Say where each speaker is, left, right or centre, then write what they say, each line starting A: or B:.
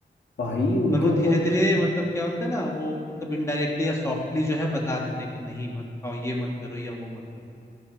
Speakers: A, on the left; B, on the left.
A: भाई उनके
B: पर वो
A: ऊपर
B: धीरे धीरे मतलब क्या होता है ना वो मतलब इनडायरेक्टली या सॉफ्टली जो है बता देते हैं कि नहीं मत खाओ ये मत करो या वो मत करो